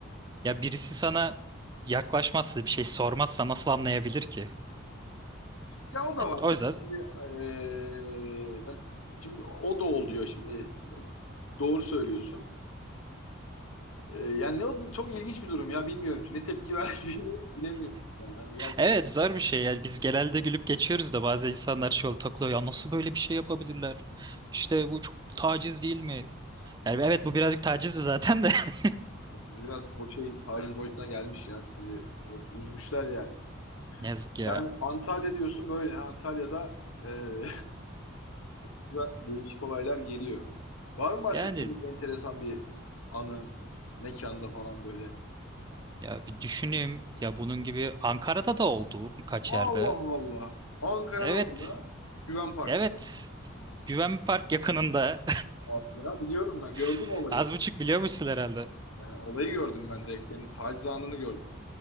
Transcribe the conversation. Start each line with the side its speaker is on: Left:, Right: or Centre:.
Right: Ya birisi sana yaklaşmazsa, bir şey sormazsa nasıl anlayabilir ki?
Left: Ya o da
Right: Yani
Left: var.
Right: o
Left: Tabii
Right: yüzden
Left: Şimdi, eee, yani şimdi o da oluyor şimdi. Doğru söylüyorsun. Eee, yani ne oldu? Çok ilginç bir durum ya bilmiyorum. Ne tepki <laughs> vereceğini bilemiyorum. Yani, yani
Right: evet zor bir şey. Yani biz genelde gülüp geçiyoruz da bazen insanlar şey oluyor, takılıyor. Ya nasıl böyle bir şey yapabilirler? İşte bu çok taciz değil mi? Yani evet bu birazcık tacizdi zaten de. <laughs>
Left: Siz biraz bu şey taciz boyutuna gelmiş ya. Sizi biraz üzmüşler yani.
Right: Ne yazık ya.
Left: Yani Antalya diyorsun böyle. Ha. Antalya'da e, <laughs> da değişik olaylar geliyor. Var mı başka
Right: Yani
Left: komik enteresan bir anın mekanda falan böyle?
Right: ya bir düşüneyim. Ya bunun gibi Ankara'da da oldu birkaç
Left: Allah
Right: yerde.
Left: Allah. Ankara'da
Right: Evet.
Left: orada Güven Park'ta.
Right: Evet. Güven Park yakınında.
Left: Abi Ya biliyorum ben gördüm
Right: <laughs>
Left: olayı.
Right: Az buçuk biliyormuşsun herhalde.
Left: Yani olayı gördüm ben direkt senin taciz anını gördüm.